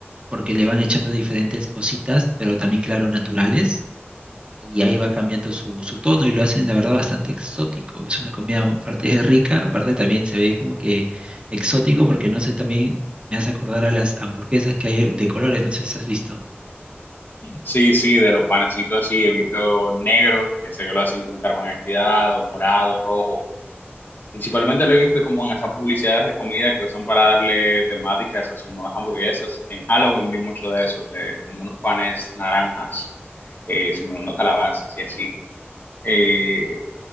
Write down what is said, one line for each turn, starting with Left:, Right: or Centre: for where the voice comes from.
Right: porque le van echando diferentes cositas, pero también, claro, naturales, y ahí va cambiando su, su tono y lo hacen, la verdad, bastante exótico. Es una comida, aparte es rica, aparte también se ve como que exótico, porque no sé, también me hace acordar a las hamburguesas que hay de colores, no sé si has visto.
Left: Sí, sí, de los panecitos así, evito negro, que sé que lo hacen con carbón activado, morado, rojo. Principalmente lo he visto como en esas publicidades de comida que usan para darle temáticas a sus nuevas hamburguesas. En Halloween vi mucho de esos, de como unos panes naranjas, eh, simulando calabazas y así. Eh,